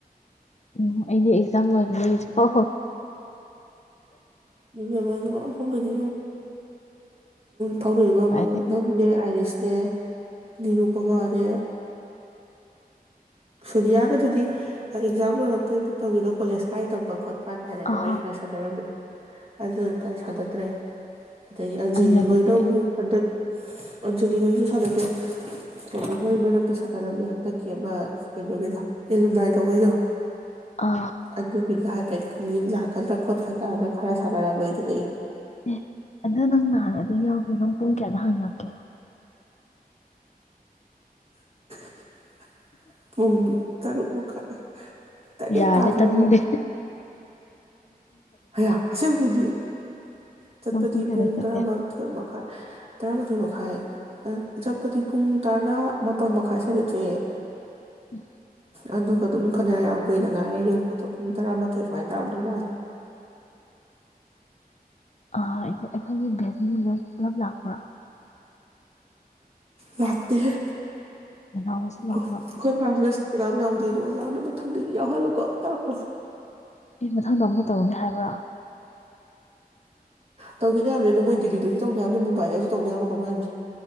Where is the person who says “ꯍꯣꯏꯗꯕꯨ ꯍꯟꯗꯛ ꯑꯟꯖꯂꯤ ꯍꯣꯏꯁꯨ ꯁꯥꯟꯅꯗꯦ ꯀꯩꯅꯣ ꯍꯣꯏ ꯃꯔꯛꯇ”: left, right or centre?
Right